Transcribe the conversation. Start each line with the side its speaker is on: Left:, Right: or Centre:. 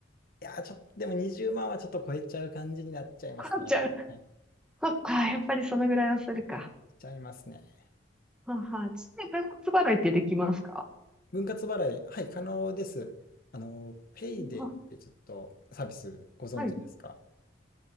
Left: やー、ちょっと、でも20万はちょっと超えちゃう感じになっちゃいますね。
Centre: かんちゃん。
Left: はい、
Centre: そっか、やっぱりそのぐらいはするか。
Left: ちゃいますね。
Centre: はあ、はあ、ちなみに分割払いってできますか
Left: 分割払い、はい、可能です。あの、ペイデイってちょっとサービスご存知ですか
Centre: は、はい。